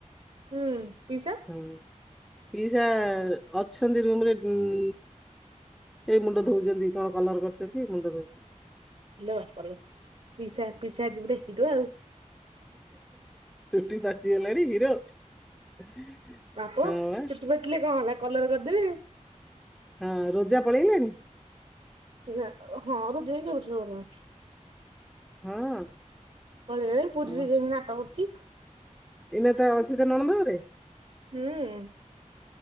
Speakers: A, on the right; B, in the centre.
A: ହୁଁ ପିଇସା?
B: ଉଁ ପିଇସା ଅଛନ୍ତି ରୁମ୍ ରେ ବୁମ୍ ଏଇ ମୁଣ୍ଡ ଧୋଉଛନ୍ତି କଣ କଲର କରିଛନ୍ତି ମୁଣ୍ଡ ଧୋଉଛନ୍ତି।
A: ଇଲୋ ବାପଲୋ ପିଇସା ପିଇସା ଆଜି ଗୋଟେ ହିରୋ ଆଉ।
B: ଚୁଟି ପାଚି ଗଲାଣି ହିରୋ? <inaudible>
A: ବାପ
B: ବା
A: ଚୁଟି ପାଚିଲେ କଣ ହେଲା କଲର କରିଦେବେ।
B: ହଁ ରୋଜା ପଳେଇଲାଣି?
A: ନା ହଁ ରୋଜା ଦେଇ କେବେଠାରୁ ଗଲାଣି।
B: ହଁ।
A: ପଳେଇଲାଣି ପୁରୀରେ
B: ହଁ।
A: ଯାଇକି ନାଟ କରୁଛି।
B: ଏଇନା ତା ଅଛି ତା ନଣନ୍ଦ ଘରେ?
A: ହୁଁ।